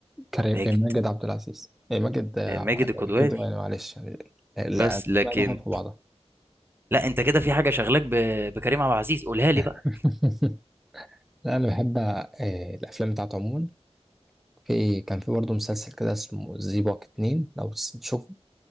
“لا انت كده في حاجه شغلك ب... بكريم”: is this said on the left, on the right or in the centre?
Right